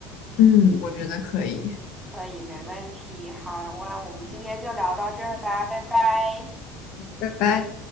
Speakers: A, on the left; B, in the centre.
A: 嗯，我觉得可以，
B: 可以，没问题。好，我那我们今天就聊到这儿吧，拜拜。
A: 拜拜。